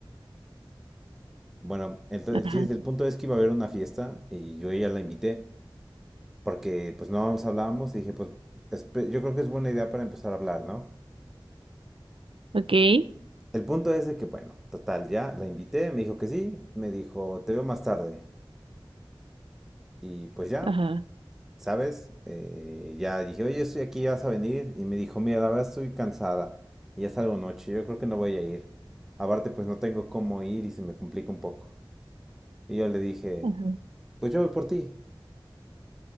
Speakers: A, in the centre; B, on the right (about 80°).
A: Bueno, entonces
B: ajá,
A: el chiste, el punto es que iba a haber una fiesta y yo a ella la invité, porque pues no nos hablábamos y dije, pues espe- yo creo que es buena idea para empezar a hablar, ¿no?
B: okay,
A: El punto es de que, bueno, total, ya la invité, me dijo que sí, me dijo, te veo más tarde. Y pues ya,
B: ajá,
A: ¿sabes? Eh, ya dije, oye, estoy aquí, vas a venir. Y me dijo, mira, la verdad estoy cansada y ya salgo noche, yo creo que no voy a ir. Aparte, pues no tengo cómo ir y se me complica un poco. Y yo le dije,
B: ajá,
A: pues yo voy por ti.